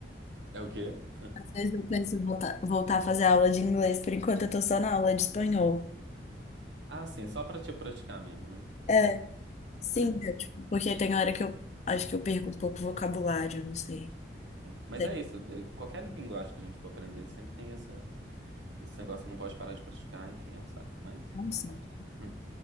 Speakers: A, on the right; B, on the left.
A: É o quê?
B: Às vezes eu penso em voltar, voltar a fazer aula de inglês. Por enquanto eu tô só na aula de espanhol.
A: Ah, sim, só pra te praticar mesmo, né?
B: É, sim,
A: É.
B: é, tipo, porque tem hora que eu acho que eu perco um pouco o vocabulário, não sei.
A: Mas
B: Tem-
A: é isso, é, qualquer língua acho que a gente for aprender sempre tem essa. Esse negócio que não pode parar de praticar, enfim, é um saco, mas
B: É um
A: faz
B: sim.
A: parte. Hum.